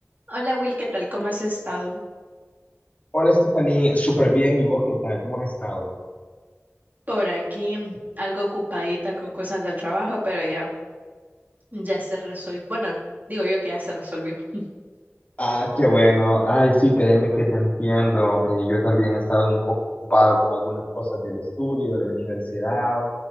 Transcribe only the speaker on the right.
Hola Will, ¿qué tal? ¿Cómo has estado?
Por aquí, algo ocupadita con cosas del trabajo, pero ya, ya se resolvió. Bueno, digo yo que ya se resolvió. <laughs>